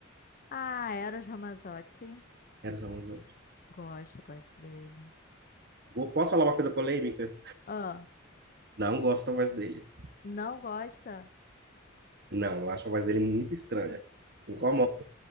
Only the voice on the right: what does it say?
Eros Ramazzotti.
Vou, posso falar uma coisa polêmica?
Não gosto da voz dele.
Não, eu acho a voz dele muito estranha. Me incomoda.